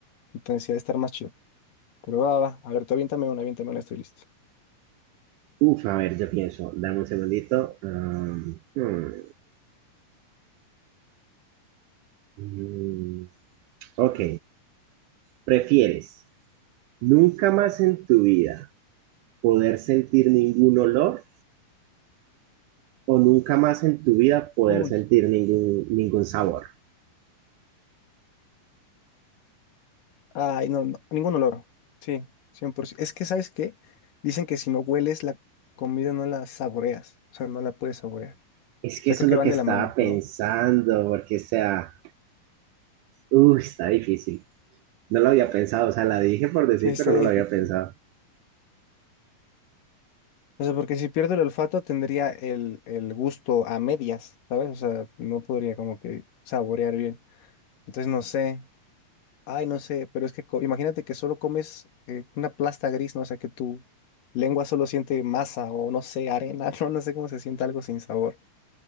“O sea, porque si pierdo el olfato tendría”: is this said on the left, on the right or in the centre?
Left